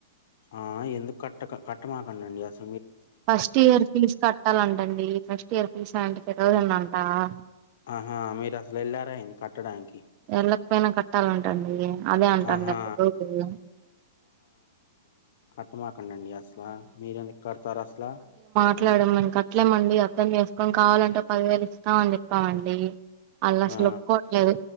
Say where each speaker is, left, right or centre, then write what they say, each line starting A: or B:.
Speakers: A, on the left (about 60°); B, on the right (about 40°).
A: ఆ ఎందుకు కట్ట కట్టమాకంండి అస
B: ఫస్ట్ ఇయర్ ఫీజ్ కట్టాలంటండి ఫెక్స్ట్ ఇయర్ ఫీజ అలాంటి పెరంట ఆ
A: ఆహా మీరు అసలు వెళ్లారా అంది కట్టడానికి
B: ఎళ్ళకపోయినా కట్టాలంటండి అదే అంటండి
A: ఆహా
B: అ రోజలు
A: ఇట్టమాకంండి అసలా మీర ఎందు కడతారా అసలా
B: అట్లాడమ అట్లేమండి అర్థం చేసుకొని కావాలంటే పదివేలు ఇస్తామ అని చెప్పామండి అల్లా అసలుప్పుకోవట్లేదు
A: ఆ